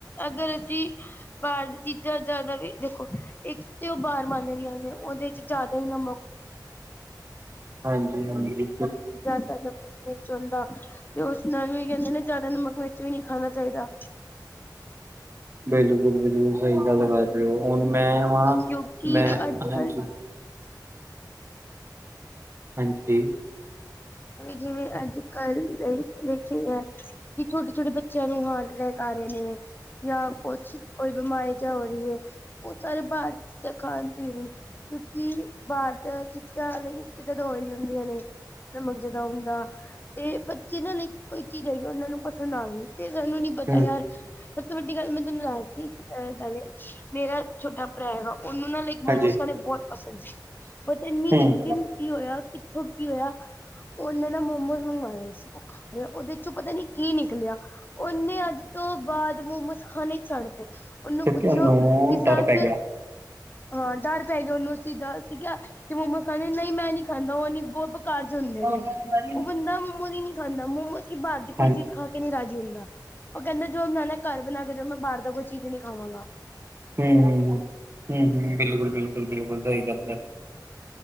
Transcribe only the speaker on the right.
ਹਾਂਜੀ-ਹਾਂਜੀ।
ਬਿਲਕੁਲ-ਬਿਲਕੁਲ ਸਈ ਗੱਲ ਬਾਤ ਤੇ ਹੁਣ ਮੈਂ ਵਾਂ
ਮੈਂ
ਹਾਂਜੀ।
ਹਾਂਜੀ
ਹਮ
ਹਾਂਜੀ
ਹਮ
ਕਿਉਂਕਿ
ਉਹਨੂੰ
ਡਰ ਪੈ ਗਿਆ
ਹਾਂਜੀ
ਹਮ
ਹਮ
ਹੂੰ ਹੂੰ ਹੂੰ ਹੂੰ-ਹੂੰ ਬਿਲਕੁਲ-ਬਿਲਕੁਲ- ਬਿਲਕੁਲ ਸਈ ਗੱਲ ਐ।